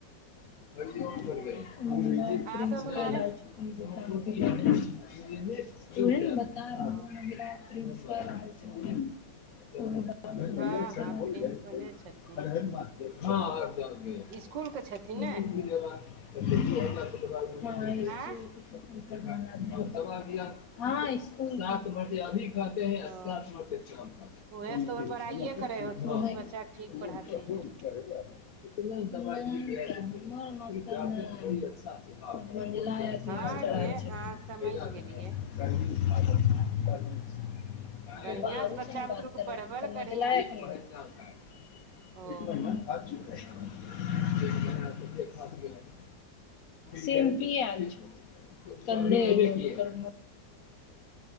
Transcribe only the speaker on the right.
हूँ आ सब उनारे
ओ
हँ
हँ प्रिंसिपले छथिन स्कूल
के छथिन ने आँय
ओ उहे तोहर बड़ाइए करै होथुन
कि बच्चाके ठीक पढ़ाती है
हँ
गे हँ समझ
गेलियै
बढ़िआं
से बच्चा बुतरु के पढ़बल
करही आर की
ओ
ओ